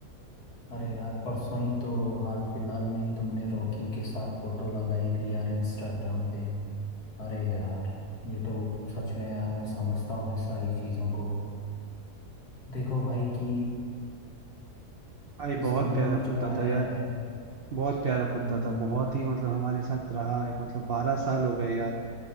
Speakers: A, on the left; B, on the right.
A: अरे यार परसों ही तो हाल फिलहाल में ही तुमने रॉकी के साथ फोटो लगाई थी यार इंस्टाग्राम पे अरे यार ये तो सच में यार मैं समझता हूँ इस सारी चीज़ों को देखो भाई कि
B: भाई बहुत
A: इस दुनिया
B: प्यारा
A: में जो
B: कुत्ता
A: आया
B: था यार
A: है
B: बहुत प्यारा
A: हम्म
B: कुत्ता
A: हम्म,
B: था
A: हम्म,
B: बहुत ही मतलब हमारे साथ रहा है मतलब बारह साल हो गए यार